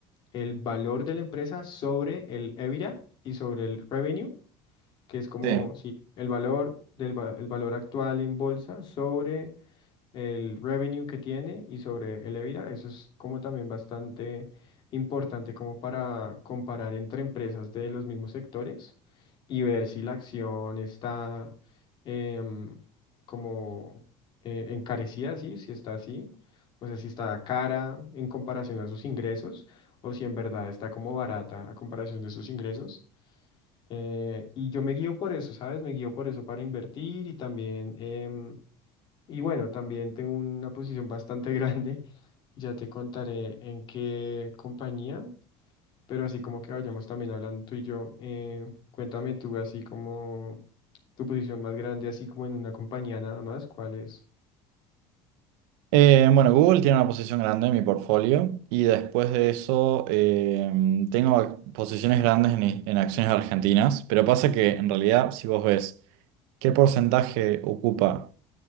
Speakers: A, on the left; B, on the right.
A: el valor de la empresa sobre el EBITDA y sobre el revenue, que es como,
B: Sí.
A: sí, el valor del va- el valor actual en bolsa sobre el revenue que tiene y sobre el EBITDA. Eso es como también bastante importante como para comparar entre empresas de los mismos sectores y ver si la acción está em, como eh, encarecida, ¿sí? Si está así, o sea, si está cara en comparación a sus ingresos o si en verdad está como barata a comparación de sus ingresos. Eh, y yo me guío por eso, ¿sabes? Me guío por eso para invertir y también... em, y bueno, también tengo una posición bastante <laughs> grande. Ya te contaré en qué compañía, pero así como que vayamos también hablando tú y yo, eh, cuéntame tú así como tu posición más grande, así como en una compañía nada más, ¿cuál es?
B: Eh, bueno, Google tiene una posición grande en mi portfolio y después de eso eh, tengo ac- posiciones grandes en, i- en acciones argentinas, pero pasa que en realidad si vos ves qué porcentaje ocupa